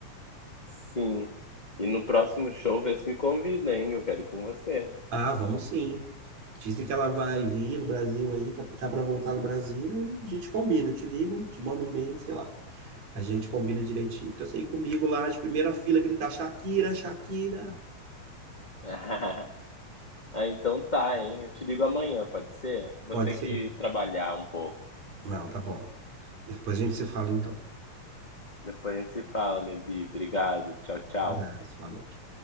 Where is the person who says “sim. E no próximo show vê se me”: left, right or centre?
Left